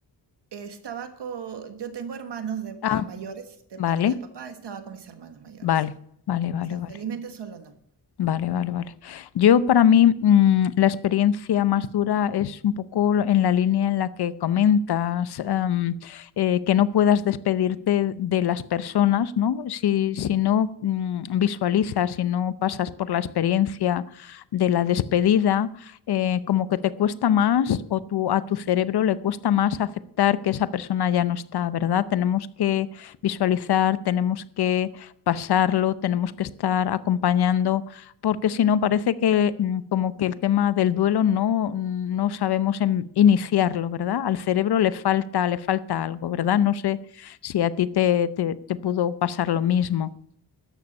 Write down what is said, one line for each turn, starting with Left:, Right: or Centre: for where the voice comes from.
Right: Estaba con, yo tengo hermanos de pa-
Left: Ah,
Right: mayores de
Left: vale,
Right: parte de papá, estaba con mis hermanos mayores,
Left: vale,
Right: sí.
Left: vale, vale,
Right: O sea,
Left: vale.
Right: felizmente solo no.
Left: Vale, vale, vale. Yo para mí mm, la experiencia más dura es un poco lo- en la línea en la que comentas, em, eh, que no puedas despedirte de las personas, ¿no? Si, si no mm, visualizas, si no pasas por la experiencia de la despedida, eh, como que te cuesta más o tu, a tu cerebro le cuesta más aceptar que esa persona ya no está, ¿verdad? Tenemos que visualizar, tenemos que pasarlo, tenemos que estar acompañando porque si no parece que mm, como que el tema del duelo no, no sabemos em- iniciarlo, ¿verdad? Al cerebro le falta, le falta algo, ¿verdad? No sé si a ti te, te- te pudo pasar lo mismo.